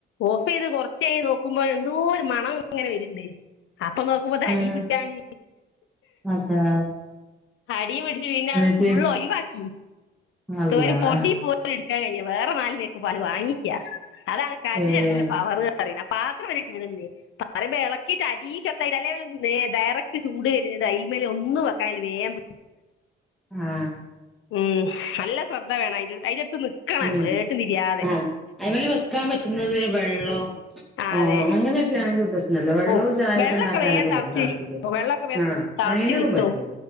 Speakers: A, on the left; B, in the centre.
A: ഓഫ് ചെയ്ത് കൊറച്ച് കഴിഞ്ഞ് നോക്കുമ്പോ എന്തോ ഒരു മണം ഇങ്ങനെ വര്ണ്ട് അപ്പൊ നോക്കുമ്പോ ഇത് അടിപിടിച്ചാണ്
B: ആഹ് അതാ
A: അടി പിടിച്ച് പിന്നെ
B: ന്നട്ട്
A: അത് ഫുള്ള് ഒഴിവാക്കി
B: അല്ലാഹ്
A: <unintelligible> പൊടി പോ <unintelligible> വേറെ നാല് പേക്ക് പാല് വാങ്ങി ക്ക അതാണ് കരിഞ്ഞെടുക്കുന്ന
B: ഏഹ്
A: കവറ് പറയ്ന്ന പാത്രം വരെ കേടുവന്നോയി പറയുമ്പോ എളക്കീട്ട് അടി കത്തായിട്ടാ അല്ലേ നേ ഡേറക്ട് ചൂട് കരിഞ്ഞത് അയ്മല് ഒന്നും വെക്കാ കയില്ല വേം
B: ഹാ
A: ഉം നല്ല ശ്രദ്ധ വേണം അയിന്റെടുത്ത് അയിന്റെടു ട്ട് നിക്കണം
B: ഉം
A: മ്മള് ഏട്ടും തിരിയാതെ
B: ആഹ് അയ്മല് വെക്കാൻ പറ്റുന്നത് വെള്ളോ
A: ആ
B: ആഹ്
A: അതെ
B: അങ്ങനെയൊക്കെ ആണെങ്കി പ്രശ്നല്ല വെള്ളവും
A: ഓ
B: ചായൊക്കെ
A: വെള്ളൊക്കെ
B: ഇണ്ടാക്കാനൊക്കെ
A: വേം തെളച്ച്
B: പറ്റും തെളപ്പിക്കാൻ
A: വെള്ളൊക്കെ വേം
B: ആഹ്
A: തെളച്ച്
B: അയ്നൊക്കെ
A: കിട്ടും
B: പറ്റും